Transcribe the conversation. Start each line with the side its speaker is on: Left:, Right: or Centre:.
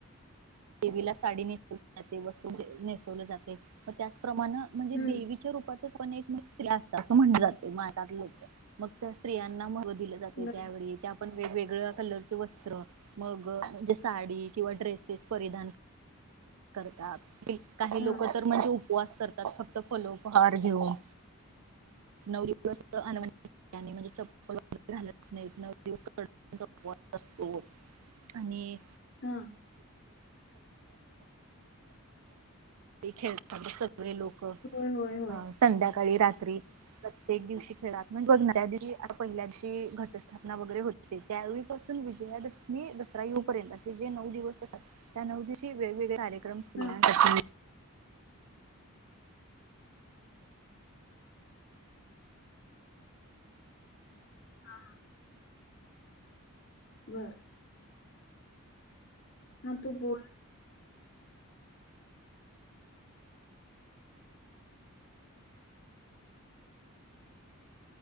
Right: देवीला साडी नेसवली जाते वस्तू नेसवले जाते म त्या प्रमाण म्हणजे
Left: हम्म
Right: देवीच्या रूपच ण एक स्त असत असं म्हण जात मात लोक मग त्या स्त्रियांना दिलं जाते
Left: बर
Right: त्यावेळी त्या ण वेगवेगळ्या कलरचे वस्त्र मग म्हणजे साडी किंवा ड्रेसेस परिधान करत काही
Left: हा
Right: लोक तर म्हणजे उपवास करतात फक्त फलोपहार घेऊन नऊ दिवस म्हणजे च नाही न दिस असतो आणि
Left: हा
Right: खेळ सगळे लोक अ
Left: होय होय होय
Right: संध्या सकाळी रात्री प्रत्येक दिवशी खेळात म्ह न्या दिवशी आता पहिल्या दिवशी घटस्थापना वगैरे होते त्यावेळीपासून विजयादशमी दसरा येऊ पर्यंत असे जे नऊ दिवस त्या नऊ दिशी वेगवेगळे कार ्रम
Left: हा हा बरं ह तू बोल